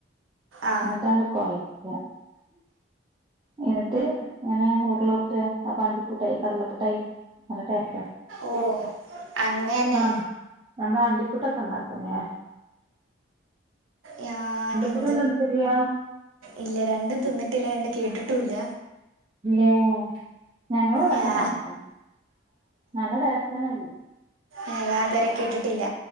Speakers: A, on the right; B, on the right.
A: ആ
B: ന്നിട്ടാണ്ട് കൊയക്ക. എന്നിട്ട് ഇങ്ങനെ ഉരുളഉർട്ട. അപ്പ ണ്ടിപ്പുട്ടായി കടലപ്പുട്ടായി നല്ല ടേസ്റ്റ.
A: ഓ അങ്ങനെ
B: ആഹ് നമ്മളണ്ടിപ്പുട്ടൊക്കെ ണ്ടാക്കുലെ.
A: ഞാന്.
B: തൊന്നും തിന്ന്ട്ടില്ല.
A: ഇല്ല രണ്ടും തിന്നിട്ടില്ല രണ്ടും കേട്ടിട്ടുല്ല.
B: ഏഹ് ഞങ്ങളവടെക്കെ
A: ഞാ
B: ണ്ടാക്കു ട്ടൊ നല്ല ടേസ്റ്റാണത്.
A: ഏഹ് ഞാതുവരെ കേട്ടിട്ടില്ല.